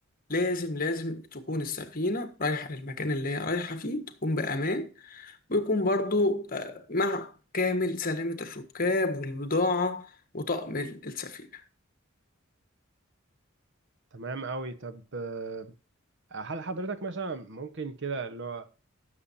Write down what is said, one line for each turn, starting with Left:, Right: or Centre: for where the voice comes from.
Left: لازم لازم تكون السفينة رايحة للمكان اللي هي رايحة فيه تكون بأمان ويكون برضو آه، مع كامل سلامة الركاب والبضاعة وطقم السفينة
Right: تمام أوي طب آه، هل حضرتك مثلا ممكن كده اللي هو